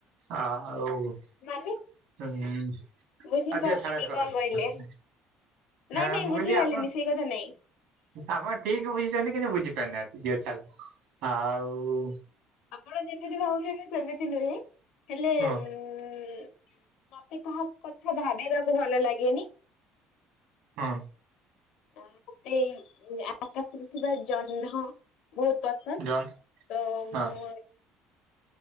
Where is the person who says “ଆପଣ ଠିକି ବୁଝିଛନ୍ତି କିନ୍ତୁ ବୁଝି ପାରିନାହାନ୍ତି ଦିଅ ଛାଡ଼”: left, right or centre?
Right